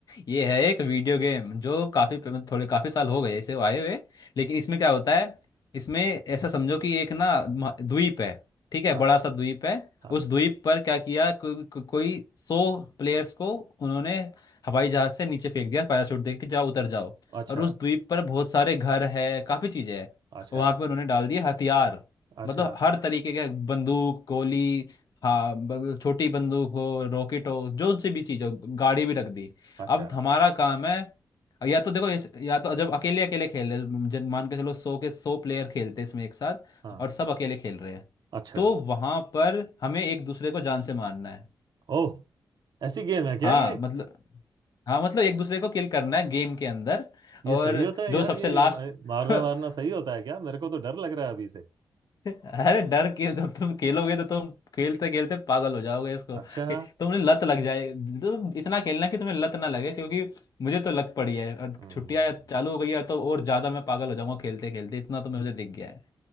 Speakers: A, on the left; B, on the right.
A: ये है एक वीडियो गेम जो काफी थोड़े काफी साल हो गए इसे आए हुए लेकिन इसमें क्या होता है इसमें ऐसा समझो कि एक ना म- द्वीप है ठीक है
B: अच्छा
A: बड़ा सा द्वीप है
B: हाँ
A: उस द्वीप पर क्या किया को, को, कोई सौ प्लेयर्स को उन्होंने हवाई जहाज से नीचे फेंक दिया पैराशूट दे के जाओ उतर जाओ
B: अच्छा
A: और उस द्वीप पर बहुत सारे घर है काफी चीजें हैं
B: अच्छा
A: वहां पे उन्होंने डाल दिए हथियार
B: अच्छा
A: मतलब हर तरीके के बंदूक गोली हाँ ब- छोटी बंदूक हो रॉकेट हो जो सी भी चीज हो गाड़ी भी रख दी
B: अच्छा
A: अब हमारा काम है या तो देखो ये- या तो जब अकेले अकेले खेल रहे जन मान के चलो सौ के सौ प्लेयर खेलते इसमें एक साथ
B: हाँ
A: और सब अकेले खेल रहे हैं
B: अच्छा
A: तो वहां पर हमें एक दूसरे को जान से मारना है
B: ओह ऐसी गेम है
A: हाँ
B: क्या ये
A: मतलब हाँ मतलब एक दूसरे को किल करना है गेम के अंदर
B: ये
A: और
B: सही होता है
A: जो
B: यार
A: सबसे
B: ये
A: लास्ट
B: हमारे- मारना वारना
A: <laughs>
B: सही होता है क्या मेरे को तो डर लग रहा है अभी से
A: अरे डर के जब तुम खेलोगे तो तुम खेलते खेलते पागल हो जाओगे इसको
B: अच्छा
A: कि तुमने लत लग जाए तुम इतना खेलना कि तुम्हें लत ना लगे क्योंकि मुझे तो लग पड़ी है और
B: हम्म
A: छुट्टियां चालू हो गई है तो और ज्यादा मैं पागल हो जाऊंगा खेलते खेलते इतना तो मुझे दिख गया है